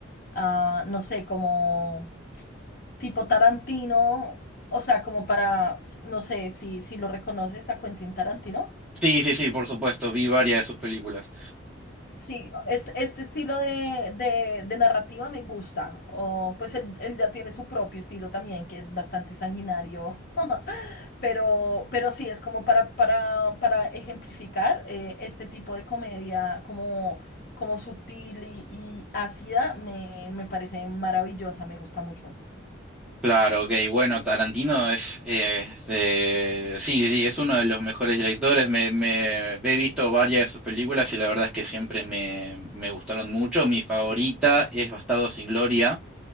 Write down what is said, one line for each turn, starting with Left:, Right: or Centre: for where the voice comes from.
Left: Ah, no sé, como tipo Tarantino, o sea, como para, s- no sé si, si lo reconoces a Quentin Tarantino.
Centre: Sí, sí, sí, por supuesto, vi varias de sus películas.
Left: Sí, este, este estilo de, de, de narrativa me gusta. O pues él, él ya tiene su propio estilo también, que es bastante sanguinario. Pero, pero sí, es como para, para, para ejemplificar eh, este tipo de comedia como, como sutil y, y ácida, me, me parece maravillosa, me gusta mucho.
Centre: Claro, ok, bueno, Tarantino es, eh, es de- sí, sí, sí, es uno de los mejores directores. Me, me- he visto varias de sus películas y la verdad es que siempre me, me gustaron mucho. Mi favorita es Bastardo sin Gloria.